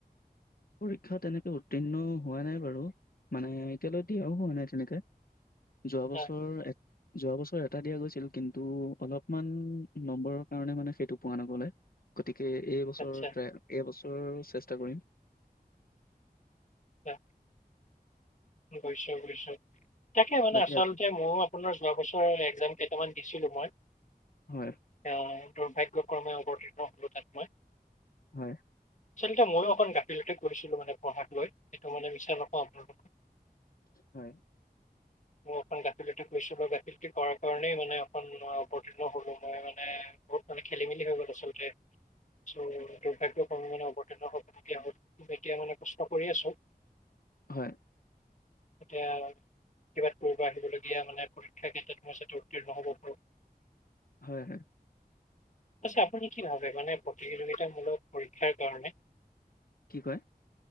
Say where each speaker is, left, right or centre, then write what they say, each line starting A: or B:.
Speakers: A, on the left; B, on the left.
A: পৰীক্ষা তেনেকে উত্তীৰ্ণ হোৱা নাই বাৰু মানে কলটি আহ নাইনেকে যোৱা বছৰ
B: আহ,
A: যোৱা বছৰ এটা দিয়া গৈছিল কিন্তু, অলপমান নম্বৰৰ কাৰণে মানে সেইটো পোৱা নগ'লে। গতিকে এই বছৰ
B: আচ্ছা
A: ট্ৰাই, এইবছ ত' চেষ্টা কৰিম।
B: <unintelligible> <unintelligible> তাকে মানে
A: বাকী
B: আচলতে
A: আপ
B: মোৰ <unintelligible> যোৱা বছৰৰ এক্সম কেইটামান দিছিলোঁ মই।
A: হয়,
B: হয়, দুৰ্ভাগ্যয় ক্ৰমে অৱতীৰ্ণ হ'লো তাত মই।
A: হয়,
B: আচলতে মইয়ো অকণ গাফিলতি কৰিছিলোঁ মানে পঢ়াক লৈ সেইটো মানে মিছা নকওঁ আপোনাক।
A: হয়,
B: মই অকন গাফিলতি কৰিছোঁ বাবে <unintelligible> পাৰাৰ কাৰণে মানে এখন মই অৱতীৰ্ণ হ'লোঁ মই মানে বহুত মানে খেলি মেলি হৈ গ'ল আচলতে, চ' দুৰ্ভাগ্যক্ৰমী মানে অৱতীৰ্ণ হ'ব লগীয়া হ'ল, এতিয়া মানে কষ্ট কৰি আছোঁ।
A: হয়,
B: এতিয়া, কিবা কৰিব আহিবলগীয়া মানে পৰীক্ষা ক্ষেত্ৰত মই যাতে উত্তীৰ্ণ হ'ব পাৰোঁ।
A: হয়, হয়,
B: পিছে আপুনি কি ভাবে মানে প্ৰতিযোগিতামূলক পৰীক্ষাৰ কাৰণে
A: কি কয়?